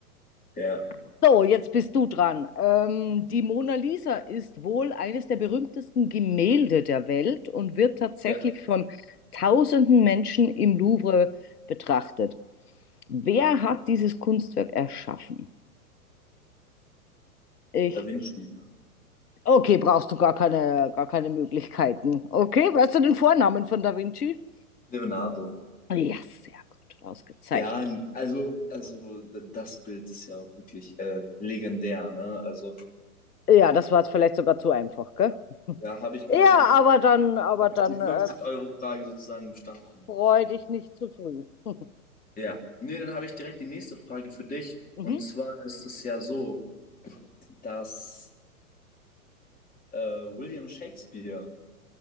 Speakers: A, on the left; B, on the left.
A: Ja,
B: So, jetzt bist du dran. Ähm, die Mona Lisa ist wohl eines der berühmtesten Gemälde der Welt und wird tatsächlich
A: ja,
B: von tausenden Menschen im Louvre betrachtet. Wer hat dieses Kunstwerk erschaffen? Ich.
A: Da Vinci,
B: Okay, brauchst du gar keine, gar keine Möglichkeiten. Okay, weißt du den Vornamen von Da Vinci?
A: Leonardo.
B: Ja, sehr gut, ausgezeichnet.
A: Ja, also, also d- das Bild ist ja auch wirklich äh, legendär, ne? Also,
B: Ja, das war jetzt vielleicht sogar zu einfach, gell?
A: ja, habe ich quasi
B: Ja,
A: die, fün-
B: aber dann, aber
A: hab
B: dann
A: ich die 50-Euro-Frage
B: äh, f-
A: sozusagen bestanden.
B: freu dich nicht zu früh. <laughs>
A: Ja, nee, dann habe ich direkt die nächste Frage für dich.
B: Mhm,
A: Und zwar ist es ja so, dass äh, William Shakespeare